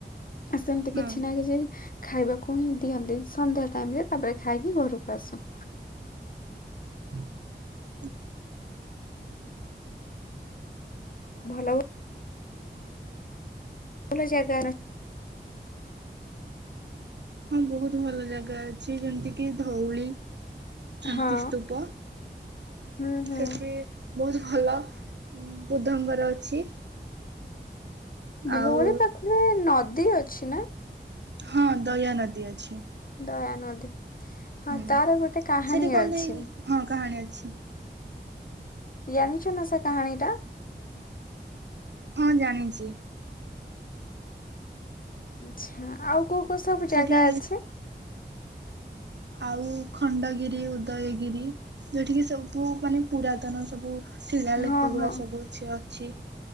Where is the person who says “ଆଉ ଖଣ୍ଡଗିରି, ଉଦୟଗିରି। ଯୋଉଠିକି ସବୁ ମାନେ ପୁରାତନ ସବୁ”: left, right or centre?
Right